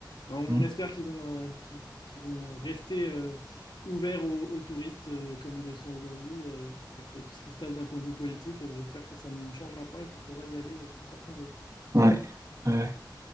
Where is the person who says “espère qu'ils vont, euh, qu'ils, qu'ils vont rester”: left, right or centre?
Left